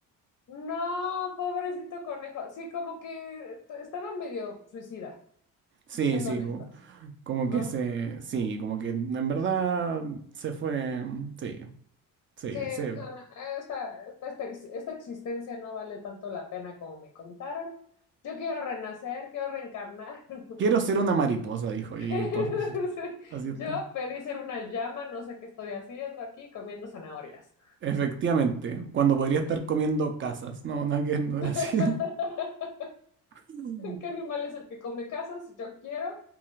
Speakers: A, on the left; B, on the right.
A: No, pobrecito conejo. Sí, como que t- estaba medio suicida,
B: Sí,
A: siendo
B: sí,
A: honestas,
B: como, como
A: ¿no?
B: que se, sí, como que en verdad se fue, sí, sí,
A: Sí,
B: se
A: no, no, esta, esta, esta ex- esta existencia no vale tanto la pena como me contaron. Yo quiero renacer, quiero reencarnar.
B: Quiero
A: <laughs>
B: ser una mariposa, dijo,
A: <laughs>
B: y pues así está.
A: Yo pedí ser una llama, no sé qué estoy haciendo aquí comiendo zanahorias.
B: Efectivamente, cuando podría
A: Sí.
B: estar comiendo casas. No, nada que ver, no era
A: <laughs>
B: así. <laughs>
A: ¿Qué animal es el que come casas? Yo quiero